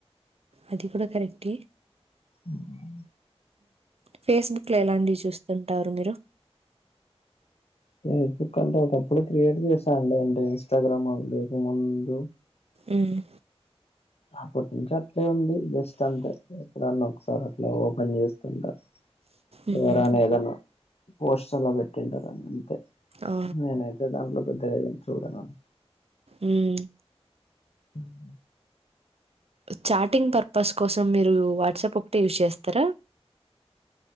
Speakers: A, on the right; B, on the left.
A: అది కూడా కరెక్టే.
B: ఉహ్మ్.
A: ఫేస్బుక్ లో ఎలాంటివి చూస్తుంటారు మీరు.
B: ఫేస్బుక్ అంటే ఒకప్పుడు క్రియేట్ చేసా అండి అంటే ఇన్స్టాగ్రామ్ లేక ముందు.
A: ఉహ్మ్.
B: అప్పటి నుంచి అట్లే ఉంది జస్ట్ అంతే ఎప్పుడన్నా ఒకసారి అట్లా ఓప్. పెన్ చేస్తుంటా
A: ఉమ్
B: ఎవరైనా ఏదన్నా పోస్ట్ అలా పెట్టింటారు అని. తే
A: ఆ
B: నేనైతే దాంట్లో పెద్దగా ఏం చూడనండి.
A: ఉహ్మ్.
B: ఉమ్.
A: చాటింగ్ పర్పస్ కోసం మీరు వాట్సాప్ ఒకటే యూస్ చేస్తారా.